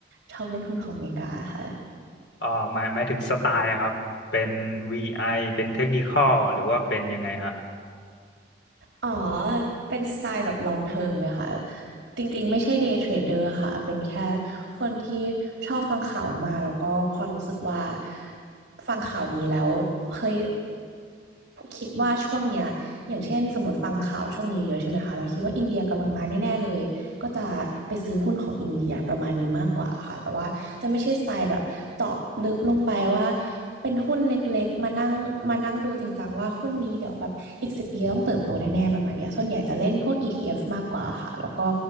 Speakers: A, on the right (about 70°); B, on the left (about 80°).
A: ชอบเล่นหุ้นของเมริกาค่ะ
B: เอ่อหมายหมายถึงสไตล์อะครับเป็น VI เป็นเทคนิคอลหรือว่าเป็นยังไงฮะ
A: อ๋อ เป็นสไตล์แบบ long term เลยค่ะจริงๆไม่ใช่ day trader ค่ะเป็นแค่ คนที่ชอบฟังข่าวออกมาแล้วก็พอรู้สึกว่าฟังข่าวนี้แล้วเฮ้ยคิดว่าช่วงเนี้ยอย่างเช่นสมมติฟังข่าวช่วงนี้เยอะใช่ไหมคะเราคิดว่าอินเดียกำลังมาแน่ๆเลยก็จะไปซื้อหุ้นของอินเดียประมาณนี้มากกว่าค่ะแต่ว่าจะไม่ใช่สไตล์แบบเจาะลึกลงไปว่าเป็นหุ้นเล็กๆมานั่งมานั่งดูจริงจังว่าหุ้นนี้เดี๋ยวแบบอีกสิบปีต้องเติบโตแน่ๆประมาณเนี้ยส่วนใหญ่จะเล่นพวก ETF มากกว่าค่ะแล้วก็